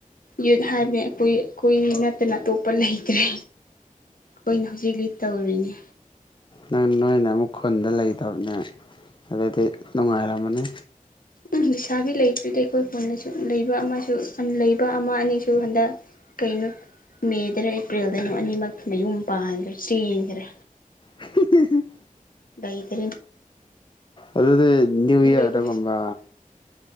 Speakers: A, on the left (about 80°); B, on the left (about 35°).
A: ꯌꯨꯠ ꯍꯥꯏꯕꯅꯦ ꯑꯩ ꯑꯩꯈꯨꯏ ꯅꯠꯇꯅ ꯑꯇꯣꯞꯄ ꯂꯩꯇ꯭ꯔꯦ ꯩꯅ ꯍꯧꯖꯤꯛ ꯂꯤ ꯇꯧꯔꯤꯅꯦ
B: ꯅꯪ ꯅꯣꯏꯅ ꯑꯃꯨꯛ ꯈꯨꯟꯗ ꯂꯩꯇꯕꯅꯦ ꯑꯗꯨꯗꯤ ꯅꯨꯡꯉꯥꯏꯔꯝꯃꯅꯤ
A: ꯎ ꯁꯥꯕꯤ ꯂꯩꯇ꯭ꯔꯤꯗ ꯑꯩꯈꯣꯏ ꯀꯣꯟꯅꯁꯨ ꯂꯩꯕ ꯑꯃꯁꯨ ꯂꯩꯕ ꯑꯃ ꯑꯅꯤꯁꯨ ꯍꯟꯗꯛ ꯀꯩꯅꯣ ꯃꯦꯗꯅ ꯑꯦꯄ꯭ꯔꯤꯜꯗꯅꯣ ꯑꯅꯤꯃꯛ ꯃꯌꯨꯝ ꯄꯥꯟꯈ꯭ꯔꯦ ꯆꯦꯟꯈꯔꯦ
B: ꯎ
A: ꯒꯤ ꯇ
B: ꯑꯗꯨꯗꯤ ꯅ꯭ꯌꯨ ꯏꯔꯗ
A: ꯂꯩꯕ ꯂꯩꯁꯥꯕꯤ
B: ꯀꯝꯕ